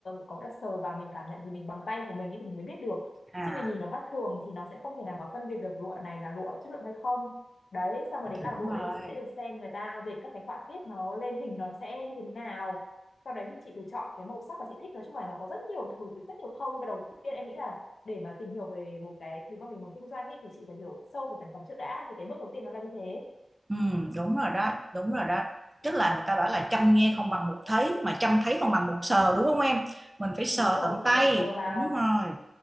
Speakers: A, on the left; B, on the right.
A: có nghĩa là sờ vào mình cảm nhận thì mình bằng tay của mình ấy thì mình mới biết được
B: à
A: chứ mình nhìn nó mắt thường thì nó sẽ không thể nào mà phân biệt được lụa này là lụa chất lượng hay không đấy xong rồi đến
B: hiểu
A: làng lụa
B: rồi.
A: đấy thì chị sẽ được xem người ta dệt các cái họa tiết nó lên hình nó sẽ như thế nào sau đấy thì chị được chọn cái màu sắc mà chị thích nói chung là nó có rất nhiều thứ rất nhiều khâu nhưng mà đầu tiên em nghĩ là để mà tìm hiểu về một cái thứ mà mình muốn kinh doanh ấy, thì chị phải hiểu sâu về sản phẩm trước đã thì cái bước đầu tiên nó là như thế
B: Ừ, đúng rồi đó, đúng rồi đó. Tức là người ta bảo là chăm nghe không bằng một thấy, mà chăm thấy không bằng một sờ đúng không em? Mình phải sờ
A: đúng rồi
B: tận
A: chị
B: tay,
A: phải sờ vào
B: đúng rồi,